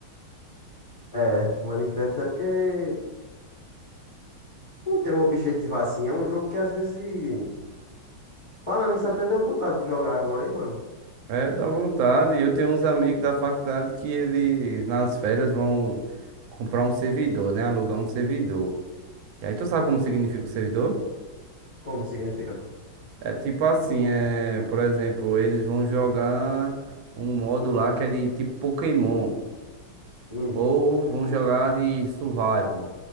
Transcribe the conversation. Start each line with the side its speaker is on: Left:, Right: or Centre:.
Left: É, Minecraft é porque não tem um objetivo assim. É um jogo que às vezes. Falando isso, até deu vontade de jogar agora, hein, mano? É
Right: É, dá vontade. Eu tenho uns amigos da faculdade que eles nas férias vão comprar um servidor, né? Alugar um servidor. E aí tu sabe como significa o servidor?
Left: Como significa?
Right: É tipo assim, é, por exemplo, eles vão jogar um modo lá que é de tipo Pokémon,
Left: Hum,
Right: ou vão jogar de Survival.